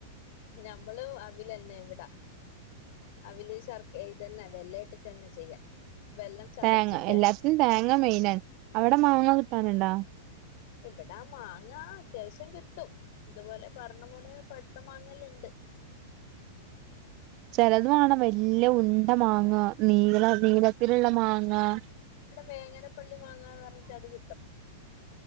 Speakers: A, on the left; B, on the right.
A: ഞമ്മള് അവിലന്നെ ഇവിടാ, അവല് ശർക്ക് ഇതന്നെ വെല്ലാ ഇട്ടിട്ടന്നെ ചെയ്യാ. വെല്ലം ചതച്ചിട്ട്
B: തേങ്ങ എല്ലാത്തിനും തേങ്ങ മെയിനാണ് അവിടെ മാങ്ങ കിട്ടാനിണ്ടാ?
A: ഇവിടാ മാങ്ങ അത്യാവിശ്യം കിട്ടും, ഇതുപോലെ പറഞ്ഞ പോലെ പഴുത്ത മാങ്ങല്ലെണ്ട്
B: ചെലത് വേണം വെൽ നല്ല ഉണ്ട മാങ്ങ നീള നീളത്തിലുള്ള മാ ആഹ്
A: വേങ്ങന പള്ളി മാങ്ങാന്ന് പറഞ്ഞിട്ട് അത് കിട്ടും